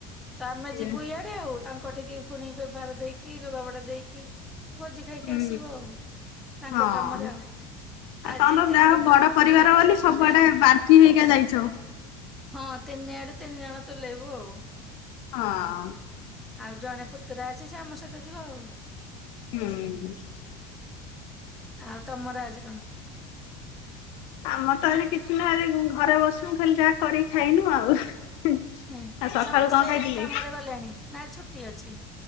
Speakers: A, in the centre; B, on the left (about 50°).
A: ତ ଆମେ
B: ଇଏ
A: ଯିବୁ ୟା ଡେ ଆଉ ତାଙ୍କ କତିକି ପୁଣି ବେବହାର ଦେଇକି ଲୁଗା ପଟା ଦେଇକି ଭୋଜି ଖାଇକି
B: ହୁଁ
A: ଆସିବୁ ଆଉ ତାଙ୍କ
B: ହଁ।
A: କାମରେ ଆଉ।
B: ଆଉ
A: ଆଜି
B: ତମର
A: ତିିନି
B: ଯାହା ହଉ
A: ପଟ
B: ବଡ ପରିବାର
A: ହଁ
B: ବୋଲି ସବୁଆଡେ
A: ହଁ।
B: ବାଣ୍ଟି ହେଇକା ଯାଇଛ ହଁ
A: ହଁ ତିନି ଆଡେ ତିନି ଜଣ ତୁଲେଇବୁ ଆଉ।
B: ହଁ।
A: ଆଉ ଜଣେ ପୁତୁରା ଅଛି ସେ ଆମ ସହିତ ଯିବ ଆଉ।
B: ହୁଁ।
A: ଆଉ ତମର ଆଜି କଣ?
B: ଆମର ତ ଆଜି କିଛି ନା ଘରେ ବସିବୁ ଖାଲି ଯାହା କରିକି ଖାଇନୁ ଆଉ।
A: ହୁଁ
B: ଆଉ ସକାଳୁ
A: ସମସ୍ତେ
B: କଣ ଖାଇଥିଲେ?
A: କାମରେ ଗଲେଣି ନା ଛୁଟି ଅଛି।